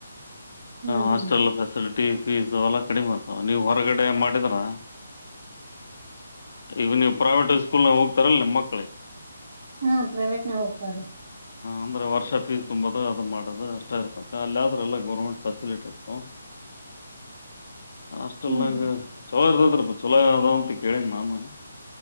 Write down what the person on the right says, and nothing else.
ಹ್ಮ್
ಹ್ಮ್
ಹ್ಮ ಪ್ರೈವೇಟ್ ನ ಹೋಗ್ತಾರೀ
ಹ್ಮ್ ಹ್ಮ್